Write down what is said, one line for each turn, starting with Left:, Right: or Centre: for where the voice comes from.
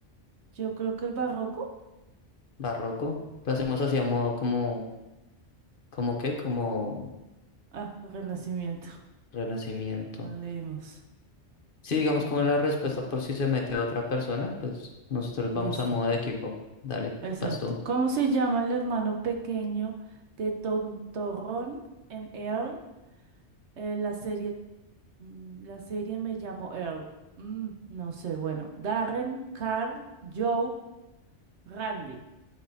Right: Yo creo que el barroco.
Left: Barroco. Lo hacemos así a modo como, como qué, como
Right: Ah, Renacimiento. <laughs>
Left: renacimiento.
Right: No leímos.
Left: Sí, digamos
Right: Bueno,
Left: como la respuesta por si se mete otra persona, pues nosotros vamos
Right: listo.
Left: a modo de equipo. Dale,
Right: Exacto.
Left: vas tú.
Right: ¿Cómo se llama el hermano pequeño de Tontorrón en Earl? Eh, la serie, mm, la serie Me llamo Earl. Mm, no sé, bueno. Darren, Carl, Joe, Randy.